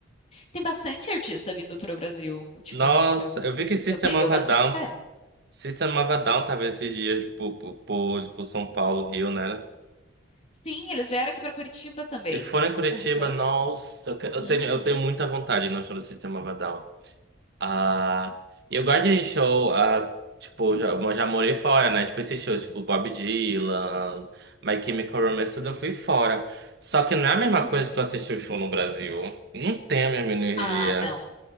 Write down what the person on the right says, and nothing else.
Nossa,
eu vi que System
of
a Down,
System of a Down tava esses dias por, por, por, por São Paulo, Rio, né?
Eles foram em Curitiba,
nossa, eu que- eu
tenho, eu tenho muita vontade no show do System of a Down. Ah, e eu gosto de show, ah, tipo, já, eu já morei fora, né? Tipo, esses shows, tipo, Bob Dylan, My Chemical Romance, tudo eu fui fora. Só que não é a mesma
coisa que tu assistir o show no Brasil. Não tem a mesma energia.